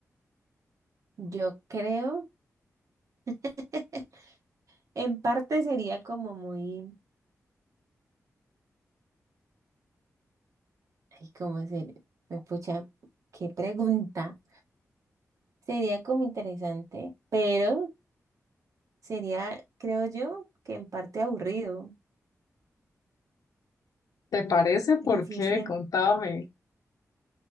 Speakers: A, on the right; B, on the left.
A: Yo creo, <laughs> en parte sería como muy, ay, cómo se, me pucha, qué pregunta. Sería como interesante, pero sería, creo yo, que en parte aburrido
B: ¿Te parece?
A: decir
B: ¿Por qué?
A: siempre.
B: Contame.